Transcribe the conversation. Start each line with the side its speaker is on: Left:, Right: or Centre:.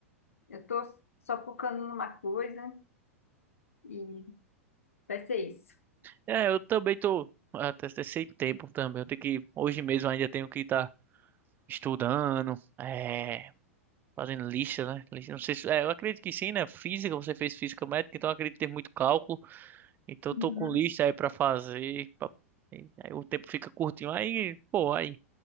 Left: eu tô só focando numa coisa e vai ser isso.
Right: É, eu também tô até até sem tempo também. Eu tenho que, hoje mesmo ainda tenho que estar estudando, é, fazendo lista, né? Lista, não sei se, é, eu acredito que sim, né? Física, você fez física médica, então eu acredito ter muito cálculo. Então
Left: Uhum.
Right: eu tô com lista aí pra fazer. pra- e Aí o tempo fica curtinho. Aí, pô, aí